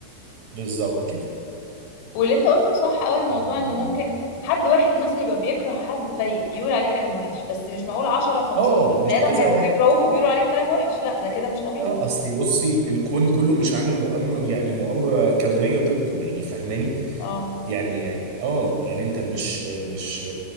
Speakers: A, on the right (about 45°); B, on the left (about 50°).
A: بالظبط كده
B: واللي انت قلته صح قوي موضوع
A: الله
B: انه
A: ينور
B: ممكن
A: عليك.
B: حد واحد مثلا يبقى بيكره حد فيقول عليه كلام وحش بس مش معقول 10 15
A: اه مش
B: بني ادم
A: كذا
B: هيبقوا
A: واحد
B: بيكرهوك وبيقولوا عليك كلام وحش لا ده كده مش طبيعي
A: اه اصلي بصي الكون كله مش عامل مؤامرة يعني مؤامرة كونية ضده يعني فاهماني
B: اه
A: يعني يعني اه يعني انت مش مش